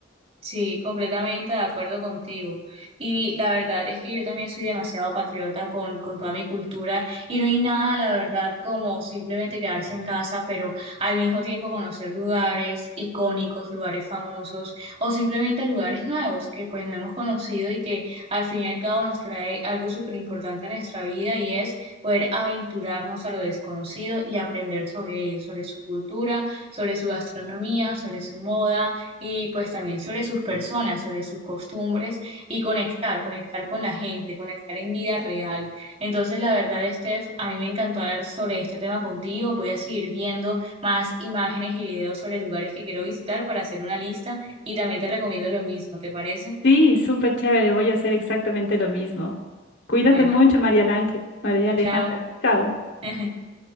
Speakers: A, on the right; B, on the left.
A: Sí, completamente de acuerdo contigo. Y la verdad es que yo también soy demasiado patriota con, con toda mi cultura y no hay nada, la verdad, como simplemente quedarse en casa, pero al mismo tiempo conocer lugares icónicos, lugares famosos o simplemente lugares nuevos que pues no hemos conocido y que al fin y al cabo nos trae algo súper importante a nuestra vida y es poder aventurarnos a lo desconocido y aprender sobre ello, sobre su cultura, sobre su gastronomía, sobre su moda y pues también sobre sus personas, sobre sus costumbres y conectar, conectar con la gente, conectar en vida real. Entonces, la verdad, Steph, a mí me encantó hablar sobre este tema contigo. Voy a seguir viendo más imágenes y videos sobre lugares que quiero visitar para hacer una lista y también te recomiendo lo mismo, ¿te parece?
B: Sí, súper chévere, voy a hacer exactamente lo mismo. Cuídate
A: Bueno,
B: mucho, María Ángel, María Alejandra.
A: chao.
B: Chao.
A: <laughs>